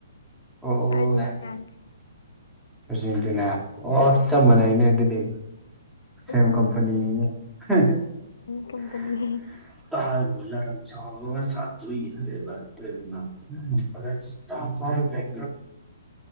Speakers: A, in the centre; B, on the left (about 80°).
A: ꯑꯣ
B: ꯑꯥꯔꯖꯦꯟꯇꯤꯅꯥꯅꯤ
A: ꯍꯥꯏ ꯑꯔꯖꯦꯟꯇꯤꯅ ꯑꯣ ꯆꯞꯃꯅꯩꯌꯦꯅꯦ ꯑꯗꯨꯗꯤ ꯁꯦꯝ
B: ꯎꯝ
A: ꯀꯝꯄꯅꯤꯅꯦ <unintelligible>
B: ꯀꯝꯄꯅꯤ
A: <unintelligible>